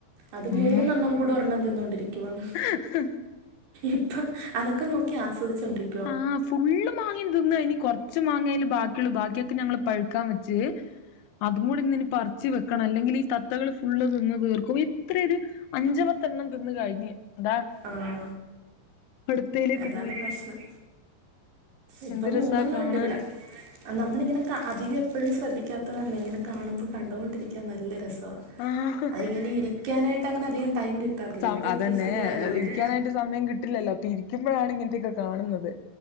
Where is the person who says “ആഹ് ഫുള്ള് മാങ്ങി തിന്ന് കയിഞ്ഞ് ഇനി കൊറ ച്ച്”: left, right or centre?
Left